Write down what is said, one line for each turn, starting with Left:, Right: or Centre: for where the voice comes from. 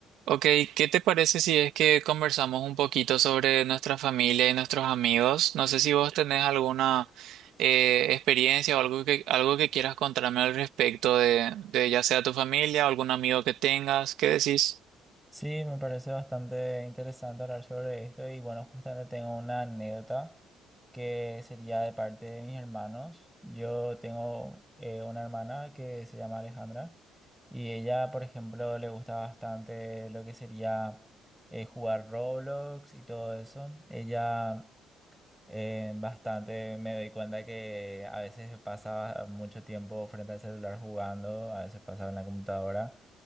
Right: Ok, ¿qué te parece si es que conversamos un poquito sobre nuestra familia y nuestros amigos? No sé si vos tenés alguna eh, experiencia o algo que, algo que quieras contarme al respecto de, de ya sea tu familia o algún amigo que tengas. ¿Qué decís?
Centre: Sí, me parece bastante interesante hablar sobre esto y bueno, justamente tengo una anécdota que sería de parte de mis hermanos. Yo tengo eh, una hermana que se llama Alejandra y ella, por ejemplo, le gusta bastante lo que sería eh, jugar Roblox y todo eso. Ella eh, bastante me doy cuenta que a veces pasa mucho tiempo frente al celular jugando, a veces pasa en la computadora.